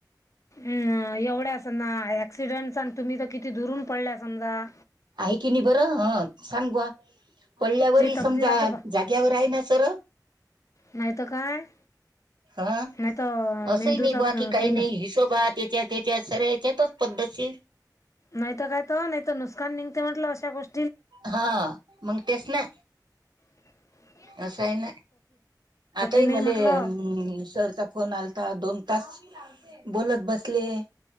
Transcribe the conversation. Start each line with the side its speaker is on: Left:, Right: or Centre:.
Left: अम् एवढ्यास ना ऍक्सिडेंट आणि तुम्ही तर किती दुरून पडल्या समजा
Right: आहे की नाही बरं हं सांग बा पडल्यावरही
Left: जे तकदीराचं
Right: समजा जाग्यावर आहे ना सर
Left: नाहीत काय
Right: हा
Left: नाही तर मेंदूचा
Right: असंही नाही बा
Left: क-
Right: की काही
Left: नस
Right: नाही हिशोबात य त्याच्या सर याच्यातच पद्धतशीर
Left: नाहीत काय त नाहीत नुकसान निघते म्हटलं अशा गोष्टी
Right: हा मग तेच ना
Left: हम
Right: असं आहे ना आता ह
Left: नाही
Right: मले
Left: म्हटलं
Right: सरचा फोन आलाता दोन तास बोलत बसले